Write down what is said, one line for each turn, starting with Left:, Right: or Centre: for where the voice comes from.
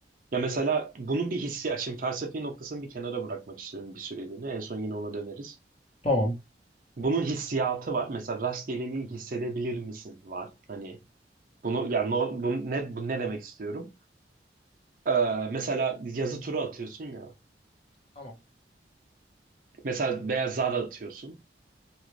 Right: Ya mesela
Left: Evet.
Right: bunun bir hissiyatı, şimdi felsefi noktasını bir kenara bırakmak istiyorum bir süreliğine. En son yine ona döneriz.
Left: Tamam.
Right: Bunun hissiyatı var. Mesela rastgeleliği hissedebilir misin var. Hani bunu ya no- bu ne bu ne demek istiyorum? Ee, mesela yazı turu atıyorsun ya.
Left: Tamam.
Right: Mesela veya zar atıyorsun.